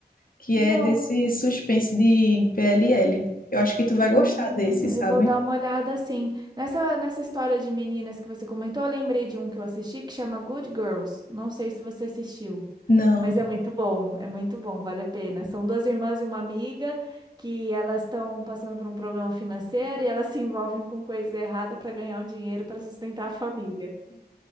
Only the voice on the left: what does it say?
que
é desse suspense de PLL. Eu acho que tu vai
gostar desse, sabe?
Não.